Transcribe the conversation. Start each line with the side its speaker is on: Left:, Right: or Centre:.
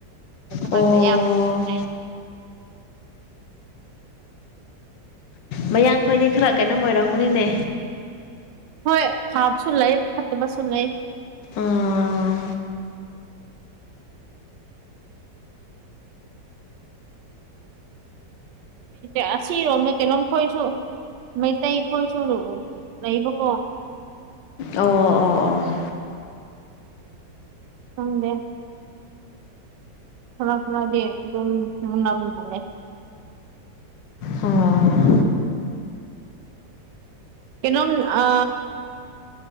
Left: ꯑꯣ
Right: ꯍ ꯌꯥꯝ ꯍꯥꯏ
Left: ꯃꯌꯥꯡ ꯈꯣꯏꯗꯤ ꯈꯔ ꯀꯩꯅꯣꯝ ꯑꯣꯏꯔꯝꯒꯨꯅꯤꯅꯦ
Right: ꯍꯣꯏ ꯐꯥꯕꯁꯨ ꯂꯩ ꯐꯠꯇꯕꯁꯨ ꯂꯩ
Left: ꯑꯥ
Right: ꯃꯁꯤꯔꯣ ꯑꯝꯃꯦ ꯀꯩꯅꯣꯝ ꯈꯣꯏꯁꯨꯣ ꯃꯩ ꯇꯥꯏꯈꯣꯏ ꯁ ꯂ ꯅꯕꯨ ꯀꯣ
Left: ꯑꯣ ꯑꯣ ꯑꯣ
Right: ꯊꯪꯒ ꯊꯔꯥ ꯈꯔꯥꯒꯤ ꯑꯦꯝ ꯃꯨꯅꯥꯕꯨꯝ ꯅꯂꯦ
Left: ꯑꯣ
Right: ꯀꯩꯅꯣꯝ ꯑ